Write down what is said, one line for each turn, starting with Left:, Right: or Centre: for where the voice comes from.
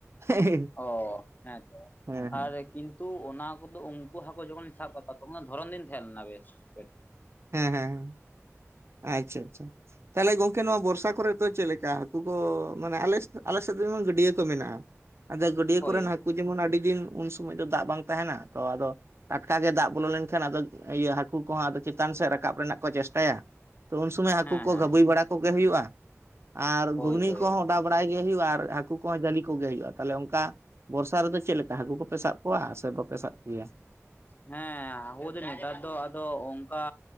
Right: ᱦᱮᱸ
Left: ᱚ ᱦᱮᱸ ᱛᱚ
Right: ᱦᱮᱸ
Left: ᱟᱨ ᱠᱤᱱᱛᱩ ᱚᱱᱟ ᱠᱚᱫᱚ ᱩᱱᱠᱩ ᱦᱟᱹᱠᱩ ᱡᱚᱠᱷᱚᱱᱤᱧ ᱥᱟᱵ ᱠᱟᱜ ᱠᱚᱣᱟ ᱦᱟᱹᱠᱩ ᱢᱟ ᱫᱷᱚᱨᱚᱱ ᱫᱤᱱ ᱛᱟᱦᱮᱸᱮᱞᱱᱟ ᱵᱮᱥ ᱠᱟᱹᱴᱤ᱾
Right: ᱦᱮᱸ ᱦᱮᱸ ᱦᱮᱸ ᱟᱪᱪᱷᱟ ᱟᱪᱪᱷᱟ᱾ ᱛᱟᱦᱚᱞᱮ ᱜᱚᱝᱠᱮ ᱱᱚᱣᱟ ᱵᱚᱨᱥᱟ ᱠᱚᱨᱮ ᱫᱚ ᱪᱮᱫ ᱞᱮᱠᱟ ᱦᱟᱹᱠᱩ ᱠᱚ ᱢᱟᱱᱮ ᱟᱞ ᱟᱞᱮ ᱥᱮᱫ ᱫᱚ ᱡᱚᱱ ᱜᱟᱹᱰᱭᱟᱹ ᱠᱚ ᱢᱮᱱᱟᱜᱼᱟ᱾ ᱟᱫᱚ ᱜᱟᱹᱰᱭᱟᱹ
Left: ᱦᱳᱭ
Right: ᱠᱚᱨᱮᱱ ᱦᱟᱹᱠᱩ ᱡᱮᱢᱚᱱ ᱟᱹᱰᱤ ᱫᱤᱱ ᱩᱱ ᱥᱚᱢᱚᱭ ᱫᱚ ᱫᱟᱜ ᱵᱟᱝ ᱛᱟᱦᱮᱱᱟ ᱛᱚ ᱟᱫᱚ ᱴᱟᱴᱠᱟ ᱜᱮ ᱫᱟᱜ ᱵᱚᱞᱚ ᱞᱮᱱᱠᱷᱟᱱ ᱟᱫᱚ ᱤᱭᱟᱹ ᱦᱟᱹᱠᱩ ᱠᱚᱦᱚᱸ ᱟ ᱪᱮᱛᱟᱱ ᱥᱮᱫ ᱨᱟᱠᱟᱵ ᱨᱮᱱᱟᱜ ᱠᱚ ᱪᱮᱥᱴᱟᱭᱟ᱾ ᱛᱚ ᱩᱱ ᱥᱚᱢᱚᱭ ᱦᱟᱹᱠᱩ
Left: ᱦᱮᱸ
Right: ᱠᱚ
Left: ᱦᱮᱸ
Right: ᱜᱟᱹᱵᱟᱹᱭ ᱵᱟᱲᱟ ᱠᱚᱜᱮ ᱦᱩᱭᱩᱜᱼᱟ ᱟᱨ
Left: ᱦᱳᱭ
Right: ᱜᱷᱩᱜᱽᱱᱤ
Left: ᱦᱳᱭ
Right: ᱠᱚᱦᱚᱸ ᱚᱰᱟᱣ ᱵᱟᱲᱟᱭ ᱜᱮ ᱦᱩᱭᱩᱜᱼᱟ ᱟᱨ ᱦᱟᱹᱠᱩ ᱠᱚᱦᱚᱸ ᱡᱟᱹᱞᱤ ᱠᱚᱜᱮ ᱦᱩᱭᱩᱜᱼᱟ ᱛᱟᱦᱚᱞᱮ ᱚᱱᱠᱟ ᱵᱚᱨᱥᱟ ᱨᱮᱫᱚ ᱪᱮᱫ ᱞᱮᱠᱟ ᱦᱟᱹᱠᱩ ᱠᱚᱯ ᱥᱟᱵ ᱚᱣᱟ ᱥᱮ ᱵᱟᱯᱮ ᱥᱟᱵ? ᱠᱚᱜᱮᱭᱟ?
Left: ᱦᱮᱸ ᱟᱵᱚ ᱫᱚ ᱱᱮᱛᱟᱨ ᱫᱚ ᱟᱫᱚ ᱚᱱᱠᱟ